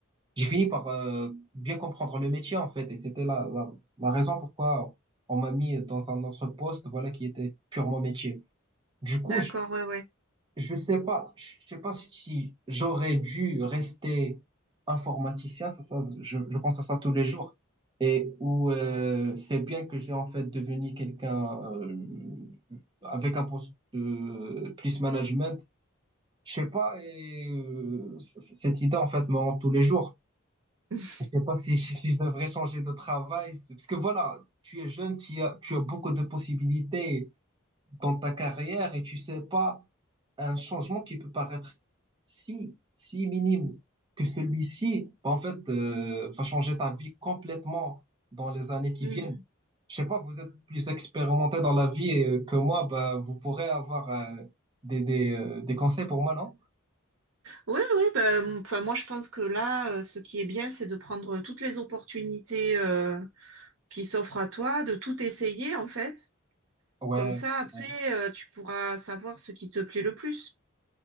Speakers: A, on the right (about 20°); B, on the right (about 75°).
A: j'ai fini par euh, bien comprendre le métier en fait et c'était la, la, la raison pourquoi on m'a mis dans un autre poste voilà qui était purement métier. Du coup,
B: D'accord,
A: je
B: ouais, ouais.
A: je sais pas je sais pas si j'aurais dû rester informaticien ça ça je, je pense à ça tous les jours et où euh, c'est bien que j'ai en fait devenu quelqu'un euh, avec un poste de plus management. Je sais pas et euh, c- c- cette idée en fait me hante tous les jours.
B: <laughs>
A: Je sais pas si, si je devrais changer de travail. c'est- Parce que voilà, tu es jeune, tu as, tu as beaucoup de possibilités dans ta carrière et tu sais pas un changement qui peut paraître si, si minime que celui-ci, bah, en fait, euh, va changer ta vie complètement dans les années qui
B: Mhm.
A: viennent. Je sais pas, vous êtes plus expérimenté dans la vie euh, que moi, bah, vous pourrez avoir euh, des, des, euh, des conseils pour moi, non?
B: Oui, oui, ben, enfin, moi je pense que là, euh, ce qui est bien, c'est de prendre toutes les opportunités euh, qui s'offrent à toi, de tout essayer en fait,
A: Ouais,
B: Comme ça, après,
A: ouais,
B: euh, tu pourras savoir ce qui te plaît le plus.